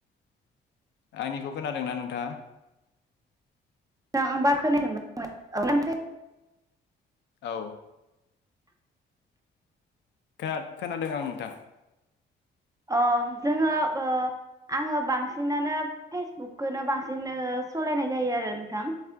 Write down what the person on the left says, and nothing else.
आंनिखौ खोनादोंना नोंथाङा
औ खोना खोनादों आं नोंथां